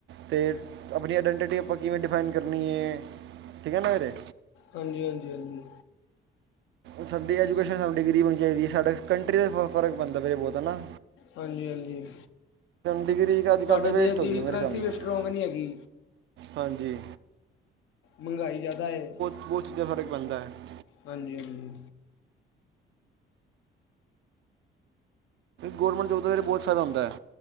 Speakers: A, on the right; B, on the left.
A: ਤੇ ਅਪਨੀ ਆਈਡੈਂਟਿਟੀ ਆਪਾਂ ਕਿਵੇਂ ਡਿਫਾਈਨ ਕਰਨੀ ਏ। ਠੀਕ ਏ ਨਾ ਵੀਰੇ।
B: ਹਾਂਜੀ, ਹਾਂਜੀ, ਹਾਂਜੀ।
A: ਸਾਡੀ ਐਜੂਕੇਸ਼ਨ ਸਾਨੂੰ ਡਿਗਰੀ ਹੋਣੀ ਚਾਈਦੀ, ਸਾਡਾ ਕੰਟਰੀ ਦਾ ਫ਼ ਫਰਕ ਪੈਂਦਾ ਪੇਆ ਬੋਤ ਹੈਨਾ।
B: ਹਾਂਜੀ-ਹਾਂਜੀ।
A: ਡਿਗਰੀ ਅੱਜ
B: ਸਾਡੇ
A: ਕੱਲ੍ਹ ਤਾਂ ਵੇਸਟ
B: ਦੇਸ਼
A: ਹੋ
B: ਦੀ
A: ਗਈ ਮੇਰੇ
B: ਕਰੰਸੀ
A: ਸਾਹਮਣੇ
B: ਵੀ ਸਟਰੋਂਗ ਨੀ ਹੈਗੀ।
A: ਹਾਂਜੀ।
B: ਮੰਗਾਈ ਜਾਦਾ ਏ।
A: ਓ ਚੀਜ਼ ਦਾ ਫਰਕ ਪੈਂਦਾ ਐ।
B: ਹਾਂਜੀ-ਹਾਂਜੀ।
A: ਗੌਰਮੈਂਟ ਜੋਬ ਦਾ ਵੀਰੇ ਬੋਤ ਫੈਦਾ ਹੁੰਦਾ ਐ,